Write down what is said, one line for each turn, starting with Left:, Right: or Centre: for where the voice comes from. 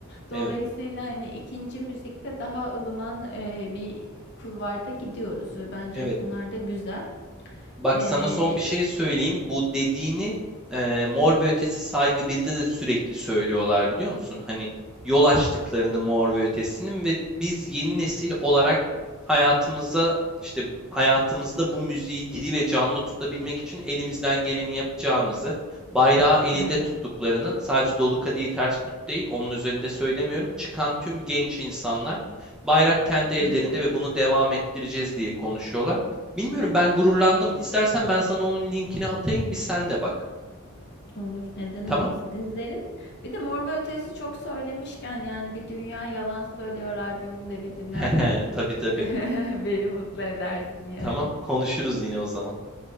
Left: Dolayısıyla
Centre: Evet.
Left: hani ikinci müzikte daha ılıman e, bir kulvarda gidiyoruz ve bence
Centre: Evet.
Left: bunlar da güzel.
Centre: Bak
Left: E,
Centre: sana son bir şey söyleyeyim. Bu dediğini eee, Mor ve Ötesi Saygı 1'de de sürekli söylüyorlar biliyor musun? Hani yol açtıklarını Mor ve Ötesi'nin ve biz yeni nesil olarak hayatımıza işte hayatımızda bu müziği diri ve canlı tutabilmek için elimizden geleni yapacağımızı, bayrağı elinde
Left: <laughs> evet.
Centre: tuttuklarını, sadece dolu kadehi ters tut değil, onun üzerinde söylemiyorum. Çıkan tüm genç insanlar bayrak kendi ellerinde
Left: <laughs>
Centre: ve bunu devam ettireceğiz diye konuşuyorlar. Bilmiyorum ben gururlandım.
Left: Evet
Centre: İstersen ben sana onun linkini atayım bir sen de bak.
Left: Olur. Neden
Centre: Tamam?
Left: olmasın? İzlerim. Bir de Mor ve Ötesi çok söylemişken yani bir Dünya Yalan Söylüyor albümünü de bir dinlersen
Centre: <laughs> Hehe tabii tabii.
Left: <laughs> beni mutlu edersin yani.
Centre: Tamam konuşuruz yine o zaman.